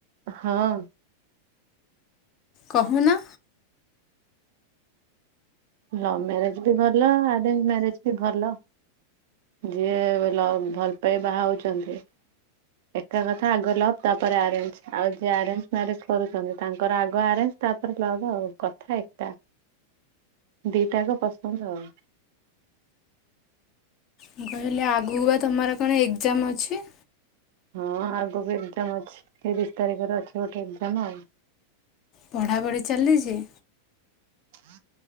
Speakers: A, on the right; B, on the left.
A: ହଁ।
B: କହୁନ।
A: ଲଭ ମ୍ୟାରେଜ ବି ଭଲ ଆରେଞ୍ଜ ମ୍ୟାରେଜ ବି ଭଲ। ଯିଏ ଲଭ ଭଲ ପାଇ ବାହା ହଉଛନ୍ତି ଏକା କଥା ଆଗ ଲଭ ତାପରେ ଆରେଞ୍ଜ ଆଉ ଯିଏ ଆରେଞ୍ଜ ମ୍ୟାରେଜ କରୁଛନ୍ତି ତାଙ୍କର ଆଗ ଆରେଞ୍ଜ ତାପରେ ଲଭ ଆଉ କଥା ଏକା। ଦିଇଟା ଆଙ୍କ ପସନ୍ଦ ଆଉ।
B: ମୁଁ କହିଲି ଆଗକୁ ବା ତମର କଣ ଏକଜାମ୍ ଅଛି?
A: ହଁ ଆଗକୁ ଏକ୍ଜାମ ଅଛି ତିରିଶ ତାରିଖରେ ଅଛି ଗୋଟେ ଏଗଜାମ ଆଉ।
B: ପଢ଼ାପଢ଼ି ଚାଲିଛି?
A: ଆଉ